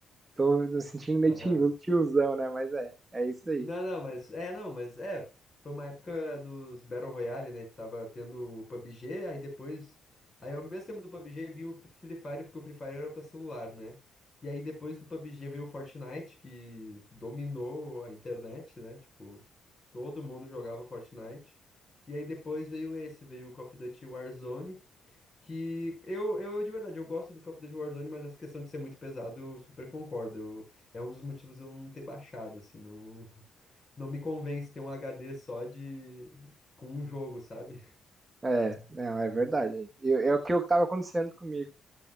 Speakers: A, on the right; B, on the left.
A: Tô me sentindo meio
B: Aham.
A: tio- tiozão, né? Mas é, é isso aí.
B: Não, não, mas é, não, mas é. Foi uma época dos Battle Royale, né? Tava tendo o PUBG, aí depois. Aí ao mesmo tempo do PUBG veio o Free Fire, porque o Free Fire era pra celular, né? E aí depois do PUBG veio o Fortnite, que dominou a internet, né? Tipo, todo mundo jogava Fortnite. E aí depois veio esse, veio o Call of Duty Warzone, que eu, eu de verdade, eu gosto do Call of Duty Warzone, mas essa questão de ser muito pesado, eu super concordo. Eu- é um dos motivos eu não ter baixado, assim, não. Não me convence ter um HD só de. com um jogo, sabe? <laughs>
A: É, não, é verdade. Eu- é o que eu tava acontecendo comigo.